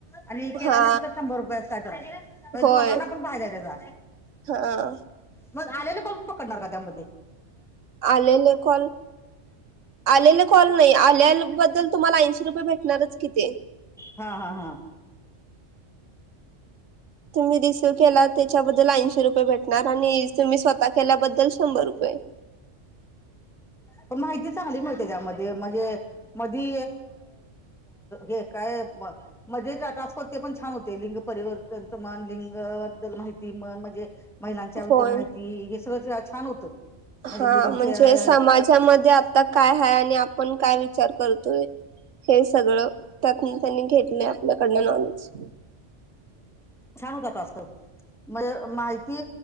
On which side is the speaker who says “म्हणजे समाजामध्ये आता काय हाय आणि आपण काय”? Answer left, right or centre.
Right